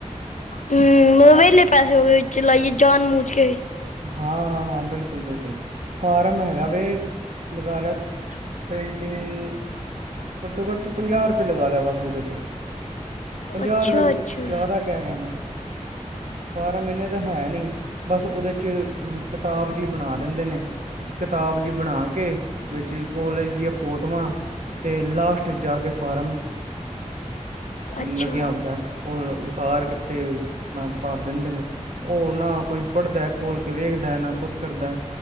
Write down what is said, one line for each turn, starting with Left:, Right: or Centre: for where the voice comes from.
Left: ਹੂ ਮੂਵੀ ਲਈ ਪੈਸੇ ਚਲਾਈਏ ਜਾਨ ਮੂਜ ਕੇ
Right: ਹਾਂ ਹਾਂ ਹਾਂ ਬਿਲਕੁਲ ਬਿਲਕੁਲ ਫਾਰਮ ਹੈਗਾ ਵੇ ਲਗਾ ਲਿਆ ਪ੍ਰੇਂਟਿੰਗ ਘੱਟੋ ਘੱਟ ਤੂੰ ਪੰਜਾਹ ਰੁਪਏ ਲਗਾ ਲਿਆ ਬਸ ਉਹਦੇ ਤੇ ਪੰਜਾਹ
Left: ਅੱਛਾ
Right: ਰੁਪਏ
Left: ਅੱਛਾ
Right: ਜ਼ਿਆਦਾ ਕਹਿ ਰਿਹਾ ਮੈਂ ਫਾਰਮ ਇਹਨੇ ਦਾ ਹੈ ਨਹੀਂ ਬਸ ਉਹਦੇ ਚ ਵਿੱਚ ਕਿਤਾਬ ਜੀ ਬਣਾ ਦਿੰਦੇ ਨੇ ਕਿਤਾਬ ਜੀ ਬਣਾ ਕੇ ਵਿੱਚ ਕੋਲਜ ਦੀਆਂ ਫੋਟੋਆਂ ਤੇ ਲਾਸਟ 'ਚ ਜਾ ਕੇ ਫਾਰਮ
Left: ਅੱਛਾ
Right: ਲੱਗਿਆ ਹੁੰਂਦਾ ਉਹ ਉਤਾਰ ਕੇ ਤੇ ਨਾ ਭਾਰ ਦਿੰਦੇ ਨੇ ਉਹ ਨਾ ਕੋਈ ਪੜ੍ਹਦਾ ਖੋਲ ਕੇ ਵੇਖਦਾ ਨਾ ਕੁੱਛ ਕਰਦਾ